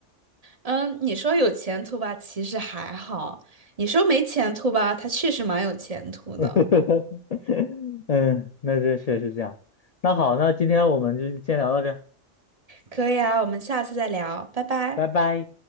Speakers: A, on the right; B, on the left.
A: 嗯，你说有前途吧，其实还好；你说没前途吧，他确实蛮有前途的。
B: <laughs> 嗯，那这确实这样。那好，那今天我们就先聊到这儿
A: 可以啊，我们下次再聊，拜拜。
B: 拜拜。